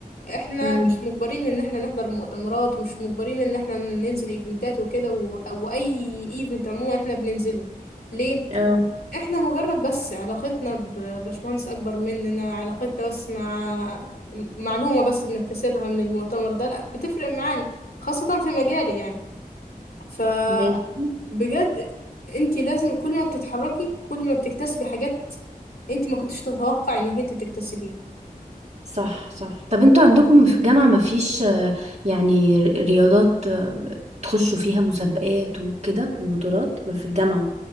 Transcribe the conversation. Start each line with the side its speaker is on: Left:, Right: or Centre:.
Left: احنا
Right: امم
Left: مش مجبرين ان احنا نحضر مؤتمرات ومش مجبرين ان احنا ننزل ايفنتات وكده و... او اي ايفنت عموما احنا بننزله ليه
Right: اه
Left: احنا مجرد بس علاقتنا بباشمهندس اكبر مننا علاقتنا بس مع معلومة بس بنكتسبها من المؤتمر ده لا بتفرق معانا خاصة في مجالي يعني ف
Right: ماشي
Left: بجد انت لازم كل ما بتتحركي كل ما بتكتسبي حاجات انت ما كنتش تتوقع انك انت تكتسبيه
Right: صح صح طب انتوا عندكم في الجامعة مفيش آه، يعني ر- رياضات آه، تخشوا فيها مسابقات وكده وبطولات في الجامعة